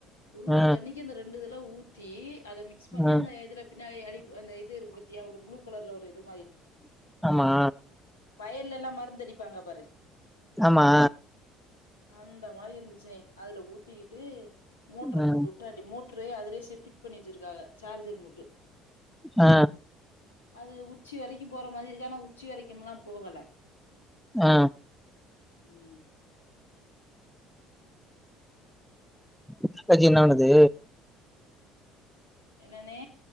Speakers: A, on the left; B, in the centre.
A: ஒரு ஓட
B: ஆ
A: தண்ணிக்கு அந்த ரெண் டு இதல்லா ஊத்தி அத மிக்ஸ் பண்ணி
B: ஆ
A: அந்த இதுல பின்னாடி அடி அந்த இது இருக்கு பாத்தியா ஒரு ப்ளு கலர்ல ஒரு இது
B: ஆமா
A: வயல்ல எல்லா மருந்தடிப்பாங்க பாரு
B: ஆமா
A: அந்த மாரி இருந்துச்சுனே அதுல ஊத்திக்கிட்டு மோட்ர
B: ம்
A: போட்டு விட்டாட்டி மோ ட்ரே அதலே ச ஃபிட் பண்ணி வச்சிருக்காக சார்ஜர் மூட்டு
B: அ
A: அது உச்சி வரைக்கு போற மாறி இருக்கு ஆனா உச்சி வரைக்கும்ல்லா போகல
B: ஆ
A: ம்
B: அத்தாசி என்ன பண்ணுது
A: என்னன்னே